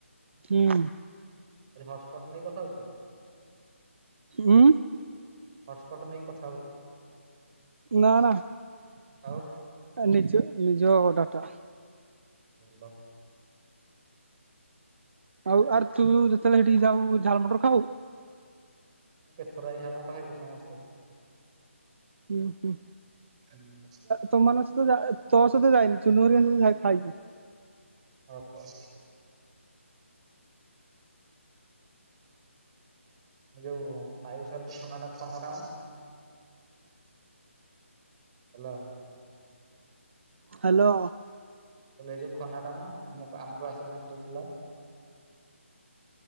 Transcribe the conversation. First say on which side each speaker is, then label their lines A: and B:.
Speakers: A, on the right; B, on the right.
A: ହୁଁ।
B: ହଟସ୍ପଟ ନେଇ କଥା ହଉଛୁ,
A: ଉଁ
B: ହଟସ୍ପଟ ନେଇ କ
A: ନା, ନା। ତା
B: ଆଉ
A: ନିଜ ନିଜ ଡାଟା।
B: ଭଲ।
A: ଆଉ ଆର୍ ତୁ ଯେତେବେଳେ ସେଠିକି ଯାଉ ଝାଲ ମଟର ଖାଉ?
B: କେତେଥର ଯାଇ ଝାଲ ମଟର ଖାଇଛୁ ସମସ୍ତେ।
A: ହୁଁ, ହୁଁ।
B: ହୁଁ
A: ତୋମାନଙ୍କ ସହିତ ତୋ ସହିତ ଯାଇନି ଚୁନହରିଆଙ୍କ ସହିତ ଯାଇ ଖାଇଛି।
B: ଓହୋ। ଯୋଉ <unintelligible> ହେଲା।
A: ହ୍ୟାଲୋ।
B: ମୁଁ କହିଲି ଏଇ ଯୋଉ ଖନାଟା ମ ଆମ ଆମ କ୍ଲାସ ର ଥିଲା।